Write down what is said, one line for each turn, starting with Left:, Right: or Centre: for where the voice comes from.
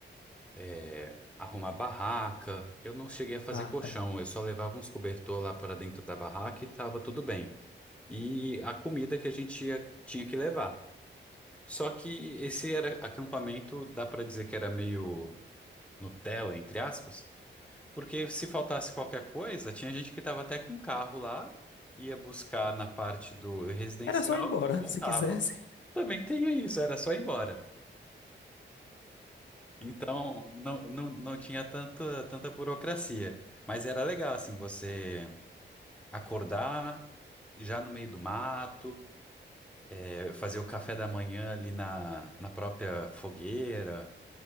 Centre: é, arrumar barraca. Eu não cheguei a fazer
Left: Ah,
Centre: colchão,
Left: tá.
Centre: eu só levava uns cobertor lá para dentro da barraca e estava tudo bem. E a comida que a gente ia- tinha que levar. Só que esse era acampamento, dá para dizer que era meio Nutella, entre aspas, porque se faltasse qualquer coisa, tinha gente que estava até com carro lá, ia buscar na parte do residencial
Left: Era só ir embora,
Centre: e voltava.
Left: <laughs> se quisesse.
Centre: Também tinha isso, era só ir embora. Então, não, não, não tinha tanta, tanta burocracia. Mas era legal, assim, você acordar já no meio do mato, eh, fazer o café da manhã ali na, na própria fogueira,